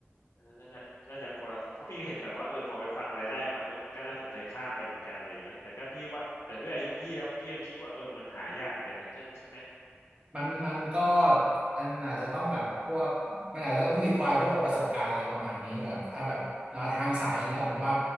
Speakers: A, on the left (about 80°); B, on the right (about 25°).
A: อันนั้นน่าจะน่าจะคนละเพราะพี่ก็เห็นแบบว่าเออพอไปฟังรายได้มาเออมันก็น่าสนใจข้ามไปเหมือนกันอะไรอย่างเงี้ยแต่ก็พี่ว่าแต่ด้วยอายุพี่แล้วพี่ยังคิดว่าเออมันหายากเหมือนกันนะถ้าใช่ไหม
B: มันมันก็อันอาจจะต้องแบบพวกมันอาจจะต้องรีควายพวกแบบประสบการณ์อะไรประมาณนี้ด้วยครับถ้าแบบลาทางสายแล้วผมว่า
A: อืม